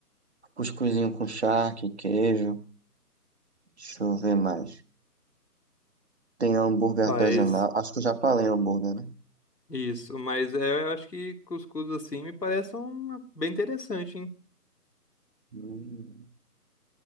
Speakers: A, on the right; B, on the left.
A: Cuscuzinho com charque, queijo, deixa eu ver mais. Tem hambúrguer
B: Mas,
A: artesanal, acho que eu já falei hambúrguer, né?
B: isso, mas é, eu acho que cuscuz assim me parece uma bem interessante, hein?
A: Hum,